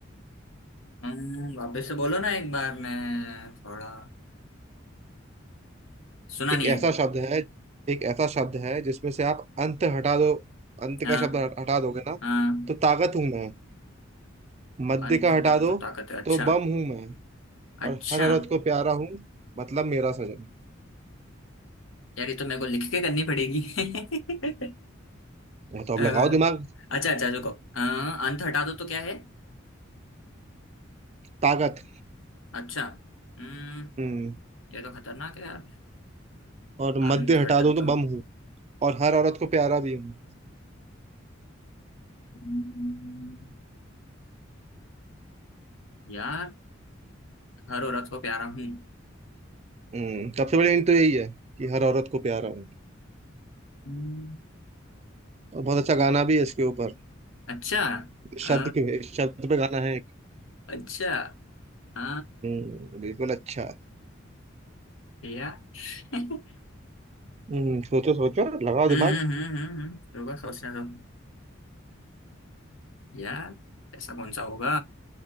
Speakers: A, on the left (about 80°); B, on the right (about 35°).
A: हम्म, वापस से बोलो ना एक बार मैं थोड़ा सुना
B: एक
A: नहीं है
B: ऐसा शब्द है एक ऐसा शब्द है जिसमें से आप अंत हटा दो अंत
A: हाँ
B: का शब्द हटा दोगे ना
A: हाँ
B: तो ताकत हूं मैं मध्य
A: अंत
B: का हटा
A: हटा दो
B: दो
A: तो ताकत है अच्छा
B: तो बम हूं मैं
A: अच्छा
B: और हर औरत को प्यारा हूं मतलब मेरा सजन
A: यार ये तो मेरे को लिख के करनी पड़ेगी <laughs>
B: वो तो
A: अ,
B: अब लगाओ दिमाग
A: अच्छा अच्छा रुको अ, अंत हटा दो तो क्या है
B: ताकत
A: अच्छा हम्म
B: हम्म
A: ये तो खतरनाक है यार
B: और
A: अंत
B: मध्य हटा
A: हटा
B: दो तो
A: दो
B: बम हूं और हर औरत को प्यारा भी हूं
A: हम्म, यार हर औरत को प्यारा हूँ
B: हम्म सबसे बड़ी हिंट तो यही है कि हर औरत को प्यारा हूं
A: हम्म,
B: और बहुत अच्छा गाना भी है इसके ऊपर
A: अच्छा अ,
B: शब्द के शब्द पे गाना है एक
A: अच्छा अ,
B: हम्म बिल्कुल अच्छा
A: यार <laughs> हम्म
B: हम्म सोचो सोचो लगाओ
A: हम्म
B: दिमाग
A: हम्म हम्म, हम्म, रुको सोचने दो यार ऐसा कौन सा होगा